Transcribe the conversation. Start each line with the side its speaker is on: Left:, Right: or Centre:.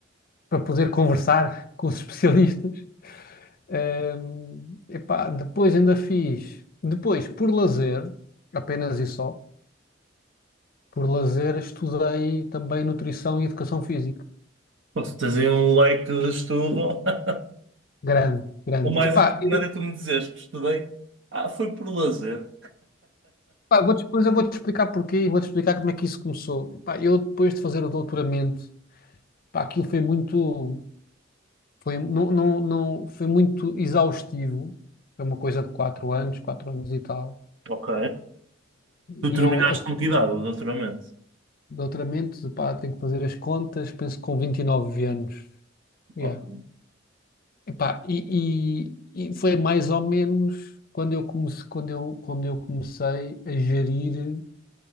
Left: para poder conversar <laughs> com os especialistas Ahm, epá, depois ainda fiz, depois por lazer, apenas e só, por lazer estudei também nutrição e educação física.
Right: Pô, se tens aí um leque de estudo, <laughs>
Left: Grande, grande.
Right: o mais
Left: Epá,
Right: importante
Left: eu,
Right: é tu me dizeres que estudei. Ah, foi por lazer.
Left: pá, vou, depois eu vou-te explicar porquê e vou-te explicar como é que isso começou. Epá, eu depois de fazer o doutoramento, pá, aquilo foi muito, foi, não, não, não, foi muito exaustivo. Foi uma coisa de quatro anos, quatro anos e tal.
Right: Ok. Tu
Left: E
Right: terminaste
Left: eu, a,
Right: com que idade o doutoramento?
Left: doutoramento, pá, tenho que fazer as contas, penso que com 29 anos. Yeah.
Right: Ok.
Left: Epá, e, e- e foi mais ou menos quando eu comecei, quando eu, quando eu comecei a gerir,